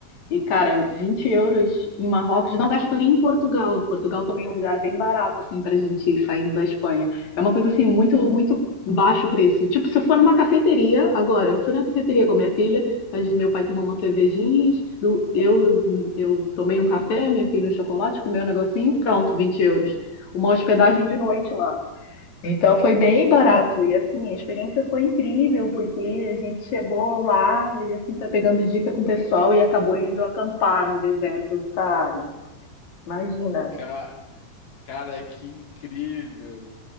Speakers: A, on the left; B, on the left.
A: E cara, 20 euros em Marrocos, não gasto nem em Portugal. Portugal também é um lugar bem barato assim pra gente ir saindo da Espanha. É uma coisa assim muito muito baixo o preço. Tipo, se eu for numa cafeteria agora, eu fui na cafeteria com minha filha mas meu pai tomou uma cervejinha, do, eu, eu tomei um café, meu filho um chocolate, comeu um negocinho, pronto, 20 euros. Uma hospedagem de
B: Uhum.
A: noite lá. Então foi bem barato e assim, a experiência foi incrível, porque a gente chegou lá e assim foi pegando dica com o pessoal e acabou indo acampar no deserto do Saara. Imagina.
B: Ca- Cara, que incrível.